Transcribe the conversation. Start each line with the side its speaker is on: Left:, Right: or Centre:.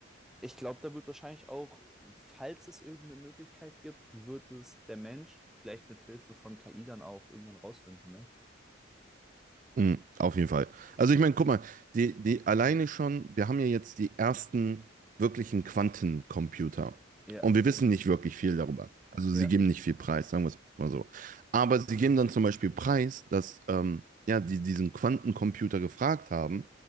Centre: ich glaube, da wird wahrscheinlich auch, falls es irgendeine Möglichkeit gibt, wird es der Mensch vielleicht mit Hilfe von KI dann auch irgendwann rausfinden, ne?
Right: Mhm, auf jeden Fall. Also ich meine, guck mal, die, die alleine schon, wir haben ja jetzt die ersten wirklichen Quantencomputer.
Centre: Ja,
Right: Und wir wissen nicht wirklich viel darüber. Also
Centre: ja,
Right: sie geben nicht viel preis, sagen wir es mal so. Aber sie geben dann zum Beispiel preis, dass ähm, ja, die diesen Quantencomputer gefragt haben